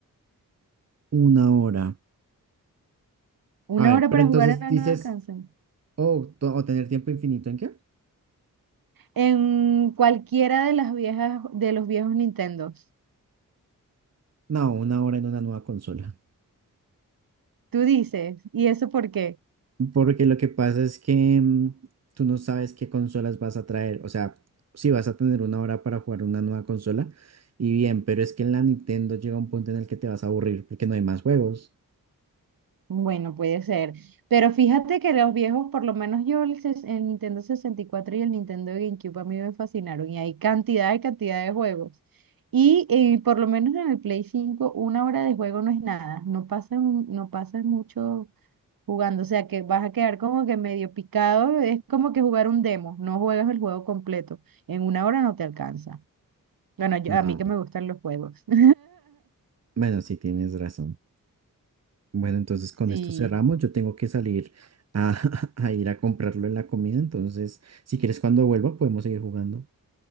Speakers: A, on the right (about 50°); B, on the right (about 80°).
A: una hora.
B: Una
A: A ver,
B: hora
A: pero
B: para
A: entonces
B: jugar en la
A: dices,
B: nueva consola.
A: oh, to- o tener tiempo infinito en qué?
B: En cualquiera de las viejas, de los viejos Nintendos.
A: No, una hora en una nueva consola.
B: Tú dices, ¿y eso por qué?
A: Porque lo que pasa es que mm, tú no sabes qué consolas vas a traer. O sea, si vas a tener una hora para jugar una nueva consola, y bien, pero es que en la Nintendo llega un punto en el que te vas a aburrir porque no hay más juegos.
B: Bueno, puede ser. Pero fíjate que los viejos, por lo menos yo, el, ses- el Nintendo 64 y cuatro y el Nintendo GameCube a mí me fascinaron. Y hay cantidad y cantidad de juegos. Y eh, por lo menos en el Play 5, una hora de juego no es nada. No pasas, no pasas mucho jugando. O sea que vas a quedar como que medio picado. Es como que jugar un demo. No juegas el juego completo. En una hora no te alcanza. Bueno, yo-
A: Ah,
B: a mí que
A: bueno,
B: me gustan los juegos. <laughs>
A: bueno, sí, tienes razón. Bueno, entonces con
B: Sí.
A: esto cerramos. Yo tengo que salir a, <laughs> a ir a comprarlo en la comida. Entonces, si quieres, cuando vuelva, podemos seguir jugando.